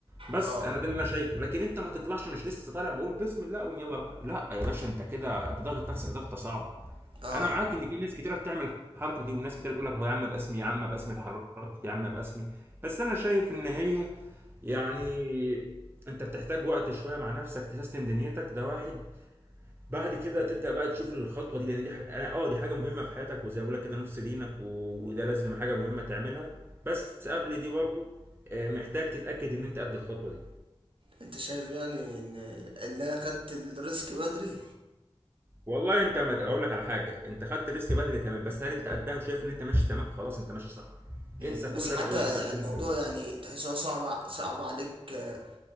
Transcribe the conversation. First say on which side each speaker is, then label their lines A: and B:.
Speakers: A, on the right (about 20°); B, on the right (about 60°).
A: بس
B: اه
A: انا ده اللي انا شايفه لكن انت ما تطلعش مش لسه طالع بقول بسم الله اقوم يلا راح لا يا باشا انت كده انت ضاغط نفسك ضغطه صعبه
B: اه
A: انا معاك ان في ناس كتيره بتعمل الحركه دي وناس كتيره تقول لك هو يا عم باسمي يا عم باسمي اتحركت يا عم باسمي بس انا شايف ان هي يعني انت بتحتاج وقت شويه مع نفسك تسيستم دنيتك ده واحد بعد كده تبدا بقى تشوف الخطوه دي لان دي حاجه أنا- اه دي حاجه مهمه في حياتك وزي ما بقول لك كده نص دينك و- وده لازم حاجه مهمه تعملها بس قبل دي برضو آه، محتاج تتاكد ان انت قد الخطوه دي
B: انت شايف يعني ان اللي انا خدت الريسك بدري
A: والله انت ما اقول لك على حاجه انت خدت ريسك بدري تمام بس هل انت قدها وشايف ان انت ماشي تمام خلاص انت ماشي صح
B: مم.
A: انسى كل
B: بس
A: اللي
B: حتى
A: انا قلته ده اركنه
B: الموضوع
A: جنبك.
B: يعني تحس انه صعب ع- صعب عليك آه،